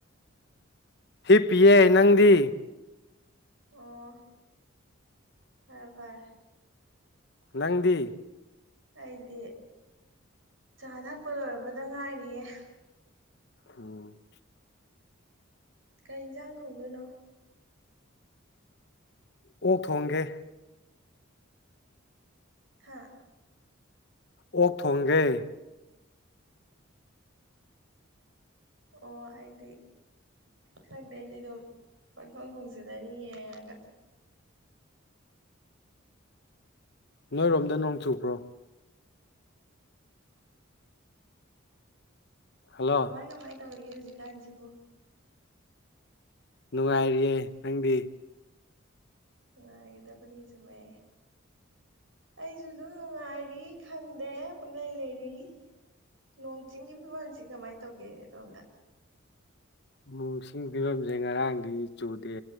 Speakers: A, on the left; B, on the right.
A: ꯍꯤꯞꯄꯤꯌꯦ ꯅꯪꯗꯤ
B: ꯑꯣ ꯐꯔꯦ ꯐꯔꯦ
A: ꯅꯪꯗꯤ
B: ꯑꯩꯗꯤ ꯆꯥ ꯊꯛꯄ ꯂꯣꯏꯔꯝꯕꯗ ꯉꯥꯏꯔꯤꯌꯦ
A: ꯎꯝ
B: ꯀꯔꯤ ꯌꯦꯟꯁꯥꯡ ꯊꯣꯡꯗꯣꯏꯅꯣ
A: ꯑꯣꯛ ꯊꯣꯡꯒꯦ
B: ꯍꯥꯥ
A: ꯑꯣꯛ ꯊꯣꯡꯒꯦ
B: ꯑꯣ ꯑꯩꯗꯤ ꯈꯪꯗꯦ ꯑꯩꯗꯤ ꯑꯗꯨꯝ ꯄꯪꯈꯪ ꯍꯣꯡꯖꯤꯜꯂꯅꯤ ꯌꯦꯡꯉꯒ
A: ꯅꯣꯏꯔꯣꯝꯗ ꯅꯣꯡ ꯆꯨꯕ꯭ꯔꯣ ꯍꯜꯂꯣ
B: ꯀꯃꯥꯏ ꯀꯃꯥꯏ ꯇꯧꯔꯤꯒꯦ ꯍꯧꯖꯤꯛꯀꯥꯟꯁꯤꯕꯣ
A: ꯅꯨꯡꯉꯥꯏꯔꯤꯌꯦ ꯅꯪꯗꯤ
B: ꯅꯨꯡꯉꯥꯏꯒꯗꯕꯅꯤ ꯆꯨꯝꯃꯦ ꯑꯩꯁꯨ ꯑꯗꯨꯝ ꯅꯨꯡꯉꯥꯏꯔꯤ ꯈꯪꯗꯦ ꯄꯨꯡꯂꯩ ꯂꯩꯔꯤ ꯅꯣꯡ ꯆꯤꯡꯒꯤ ꯐꯤꯕꯝꯁꯤ ꯀꯃꯥꯏꯅ ꯇꯧꯒꯦ ꯑꯗꯣꯝꯗ
A: ꯅꫭꯡꯁꯤꯡꯒꯤ ꯐꯤꯕꯝꯁꯦ ꯉꯔꯥꯡꯗꯤ ꯆꯨꯗꯦ